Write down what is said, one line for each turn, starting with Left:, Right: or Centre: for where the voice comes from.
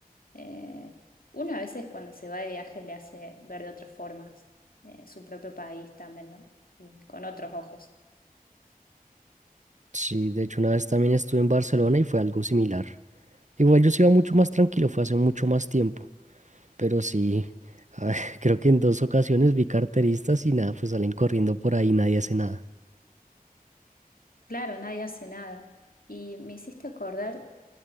Left: Eh, uno a veces cuando se va de viaje le hace ver de otras formas eh, su propio país también, ¿no? Y con otros ojos.
Right: Sí, de hecho una vez también estuve en Barcelona y fue algo similar. Igual yo sí iba mucho más tranquilo, fue hace mucho más tiempo, pero sí, a ver, <laughs> creo que en dos ocasiones vi carteristas y nada, pues salen corriendo por ahí, nadie hace nada.
Left: Claro, nadie hace nada. Y me hiciste acordar